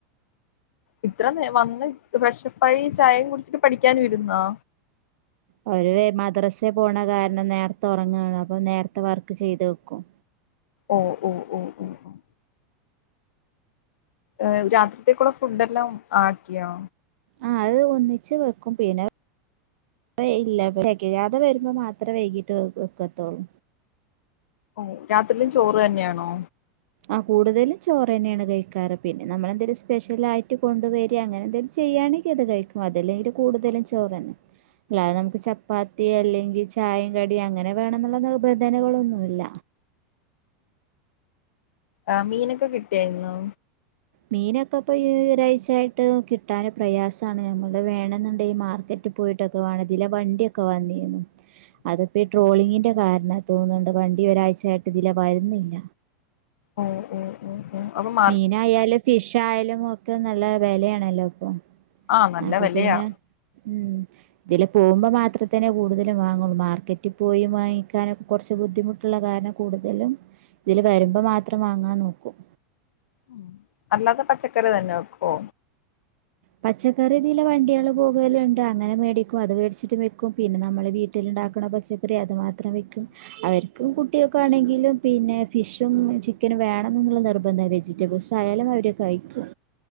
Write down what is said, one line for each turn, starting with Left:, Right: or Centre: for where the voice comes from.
Left: ഇത്ര വന്ന് ഫ്രഷപ്പായി ചായയും കുടിച്ചിട്ട്, പഠിക്കാൻ ഇരുന്നോ?
Right: അവര് മദ്രസെ പോണ കാരണം നേരത്തെ ഉറങ്ങാണ്. അപ്പൊ നേരത്തെ വർക്ക് ചെയ്ത് വെക്കും.
Left: ഓഹ്, ഓഹ്, ഓഹ് ഓഹ് ഓഹ് ഏഹ് രാത്രിത്തേക്കൂള്ള ഫുഡെല്ലാം ആക്കിയോ?
Right: അഹ് അത്ഒന്നിച്ച് വെക്കും പിന്നെ അഇല്ല തെകയാതെവെരുമ്പോ മാത്രേ വൈകീട്ട് വെവെക്കത്തൊള്ളൂ.
Left: ഓഹ് രാത്രിയിലും ചോറെന്നെയാണോ?
Right: ആഹ് കൂടുതലു ചോറ് തന്നെണ് കയിക്കാറ് പിന്നെ നമ്മളെന്തേലും സ്പെഷ്യലായിട്ട് കൊണ്ടുവരിയ അങ്ങനെന്തെലും ചെയ്യാണെ- ഇത് കയിക്കും അതല്ലെങ്കി കൂടുതലും ചോറെൻ-
Left: <inaudible>
Right: <unintelligible> മ്മക്ക് ചപ്പാത്തി അല്ലെങ്കി ചായേംകടി അങ്ങനെ വേണെന്നുള്ള നിർബന്ധനകളൊന്നുല്ല
Left: ആ മീനൊക്കെ കിട്ടിയാഇന്ന്?
Right: മീനൊക്കെ ഇപ്പ ഈ ഒരാഴ്ചആയിട്ട് കിട്ടാൻ പ്രയാസാണ് മ്മൾടെ വേണെന്നുണ്ടെ ഈ മാർകെറ്റ്- ട്ട് പോയിട്ടൊക്കെവാണം ഇതിലെ വണ്ടിയൊക്കെവന്നിന്നു
Left: <inaudible>
Right: അത്പ്പോ ഈ ട്രോളിങ്ങിന്റെ കാരണ തോന്നുണ്ട് വണ്ടി ഒരാഴ്ചയായിട്ട് ഇതിലെവരുന്നില്ല
Left: ഓഹ് ഓഹ് ഉം ഉം അവ <unintelligible>
Right: മീനായാലും ഫിഷ്ആയാലും ഒക്കെന്നല്ലെ വിലയാണല്ലോ ഇപ്പൊ
Left: ആഹ് നല്ല
Right: അപ്പൊപിന്നെ
Left: വെലയാ
Right: ഉം ഇതിലെ പോവുമ്പോ മാത്രേതേനേ കൂടുതലും വാങ്ങുള്ളൂ മാർക്കറ്റി പോയി വാങ്ങിക്കാൻ കുറച്ച്ബുദ്ധിമു ട്ടുള്ള കാരണം കൂടുതലും ഇതില് വരുമ്പോ മാത്രം വാങ്ങാൻ നോക്കും.
Left: ഉം അല്ലാതെ പച്ചക്കറിതന്നെ വെക്കോ?
Right: പച്ചക്കറിതിലെ വണ്ടിയള് പോകല്ണ്ട് അങ്ങനെമേടിക്കും അത് മേടിച്ചിട്ട് വെക്കും പിന്നെ ന്നമ്മള് വീട്ടില്ണ്ടാക്കണ പച്ച ക്കറി അത് മാത്രംവെക്കും അവർക്കും കു ട്ടികക്കാണെങ്കിലും പിന്നെ ഫിഷും ചിക്കെനും വേണംന്ന്ന്നുള്ള നിർബന്ധം വെജിറ്റബിൾസ് ആയാലും അവര്- കയിക്കും